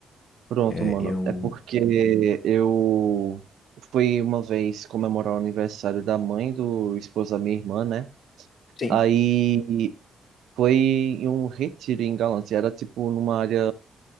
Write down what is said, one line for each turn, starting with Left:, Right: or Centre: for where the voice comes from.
Right: Pronto,
Left: É,
Right: mano.
Left: eu.
Right: É porque eu fui uma vez comemorar o aniversário da mãe do esposo da minha irmã, né?
Left: Sim.
Right: Aí foi em um retiro em Galantes. e Era tipo numa área